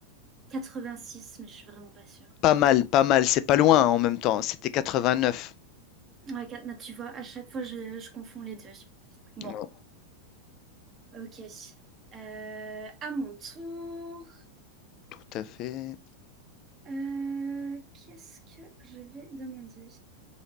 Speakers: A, on the right; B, on the left.
A: 86, mais je suis vraiment pas sûre.
B: Pas mal, pas mal, c'est pas loin en même temps, c'était 89.
A: Ouais, quatre- bah, tu vois, à chaque fois, je, je confonds les deux. Bon,
B: Ouais,
A: ok. Euh, à mon tour,
B: Tout à fait.
A: euh, qu'est-ce que je vais demander?